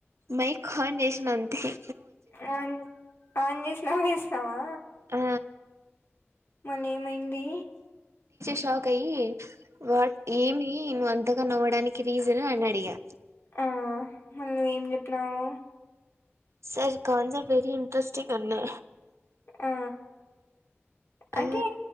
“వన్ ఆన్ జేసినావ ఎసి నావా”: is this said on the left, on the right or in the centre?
Left